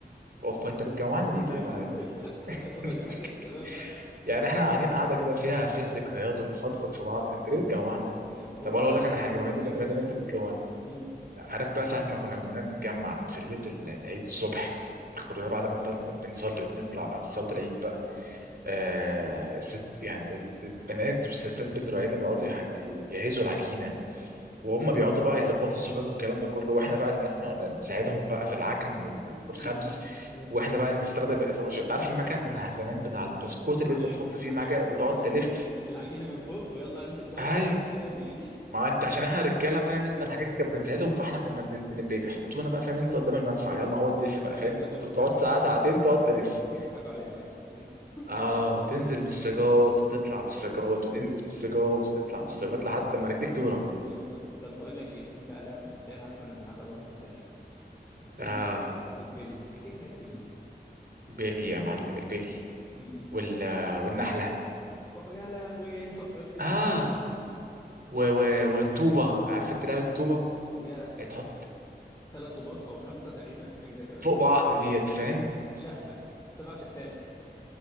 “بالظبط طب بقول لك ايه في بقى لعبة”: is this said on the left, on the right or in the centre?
Left